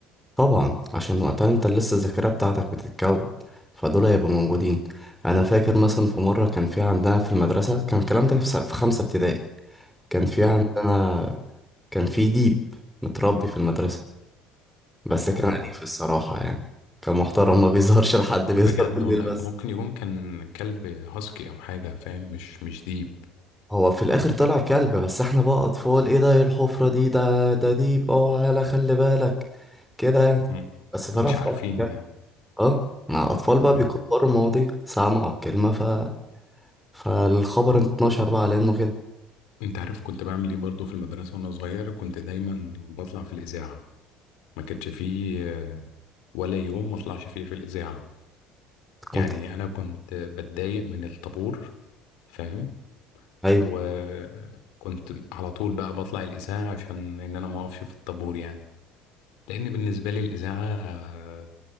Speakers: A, in the centre; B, on the left.
A: طبعا عشان وقتها أنت لسه الذاكرة بتاعتك بتتكون فدول هيبقوا موجودين أنا فاكر مثلا في مرة كان في عندنا في المدرسة كان الكلام ده في س- في خمسة ابتدائي كان في
B: مم.
A: عندنا كان في ديب متربي في المدرسة بس
B: اوه
A: كان أليف الصراحة يعني كان محترم ما بيظهرش لحد
B: بجد
A: بيظهر بالليل
B: والله
A: بس
B: ممكن يكون كان كلب هاسكي او حاجة فاهم مش مش ديب
A: هو في الآخر طلع كلب بس احنا بقى أطفال ايه ده ايه الحفرة دي ده ده ديب اوعى يالا خلي بالك كده يعني
B: مم.
A: بس طلع
B: مش
A: في
B: عارفين
A: الآخر كلب
B: يعني
A: اه مع أطفال بقى
B: اه
A: بيكبروا المواضيع سمعوا الكلمة ف... فالخبر اتنشر بقى على إنه كده
B: انت عارف كنت بعمل ايه برضو في المدرسة وانا صغير كنت دايما بطلع في الإذاعة ما كانش فيه آه، ولا يوم ما اطلعش فيه في الإذاعة يعني
A: كنت
B: انا كنت بتضايق من الطابور فاهم
A: أيوه
B: وكنت على طول بقى بطلع الإذاعة عشان إن أنا ما أقفش في الطابور يعني لأن بالنسبة لي الإذاعة آه،